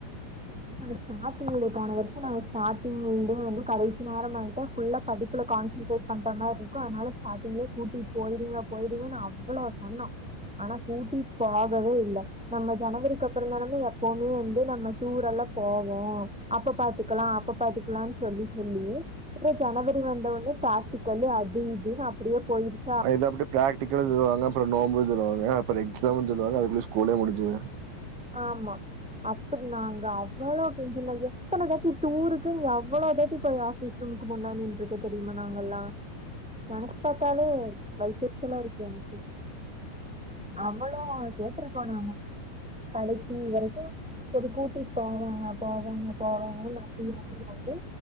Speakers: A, in the centre; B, on the right.
A: ம் அது ஸ்டாடிங்ல <unintelligible> வரிக்கு நாங்க ஸ்டாட்லிங்லிந்தே வந்து கடைசி நேரம் ஆயிட்டா ஃபுல்லா படிப்புல கான்சன்ட்ரேட் பண்ற மார்ருக்கு அதனால ஸ்டாட்டிங்லியே கூட்டிட் போய்ருங்க போய்டுங்கன் அவ்வளோ சொன்னோ. ஆனா கூட்டிட் போகவே இல்ல நம்ம ஜனவரிக்கு அப்புறந்தானமா எப்புமே வந்து நம்ம டூரல்லா போவோ அப்ப பாத்துக்கலா அப்ப பாத்துக்கலான் சொல்லி சொல்லி அப்புறோ ஜனவரி வந்த ஒன்னியே ப்ராக்டிக்கல்லு அது இதுனு அப்பிடியே போயிருச்
B: அவிங்கதா அப்பிடே பிராக்டிக்கலு சொல்லவாங்க அப்புறோ நோம்பு சொல்லுவாங்க அப்புறோ எக்ஸாமுன் சொல்லுவாங்க அதுக்குள்யே ஸ்கூலே முடிஞ்சு போயிரு.
A: ஆமா. அப்பிடி நாங்க அவ்வளோ கெஞ்சுனது எத்தன தட்டி டூருக்குன் எவ்வளோ தட்டி போய் ஆஃபீஸ் ரூமுக்கு முன்னா நின்ருக்கோ தெரிமா நாங்கல்லா. நெனச்சு பாத்தாலே வயித்தெரிச்சலா இருக்கு எனக்கு. அவ்வளோ கேட்ருக்கோ நாங்க கடைசி வரைக்கு செரி கூட்டிட் போவாங்க போவாங்க போவாங்கன் நம்பி நம்பி நம்பி